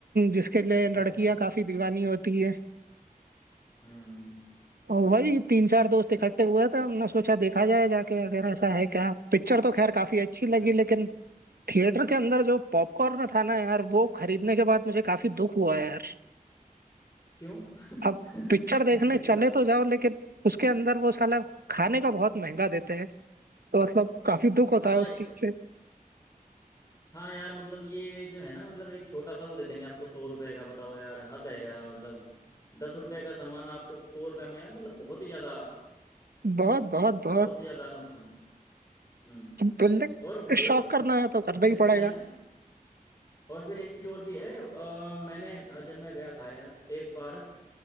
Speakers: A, on the right; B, on the left.
A: जिसके लिए
B: अच्छा
A: लड़कियां
B: अच्छा अच्छा
A: काफी दीवानी होती है
B: हम्म
A: और वही तीन चार दोस्त इकट्ठे हुए थे हमने सोचा देखा जाए जाके अगर ऐसा है क्या पिक्चर तो खैर काफी अच्छी लगी
B: अ-
A: लेकिन थिएटर के अंदर जो पॉपकॉर्न था ना यार वो खरीदने के बाद मुझे काफी दुख हुआ यार
B: क्यों <laughs>
A: अब पिक्चर देखने
B: अच्छा क्यों
A: चले
B: भाई
A: तो जाओ लेकिन उसके अंदर वो साला खाने का बहुत महंगा देते हैं तो मतलब काफी दुख होता
B: हाँ
A: है उस
B: ये-
A: चीज से
B: हाँ यार मतलब ये जो है ना मतलब एक छोटा सा वो दे देंगे आपको सौ रुपए का बताओ यार हद है यार मतलब दस रुपए का सामान आपको सौ रुपए में यार मतलब बहुत ही ज्यादा
A: बहुत बहुत बहुत
B: बहुत ही ज्यादा नुकसान है हम्म
A: बोलने
B: और मतलब
A: शौक करना है तो करना ही
B: देखा
A: पड़ेगा
B: जाए ना और फिर एक चीज और भी है अ, मैंने अ, जब मैं गया था यार एक बार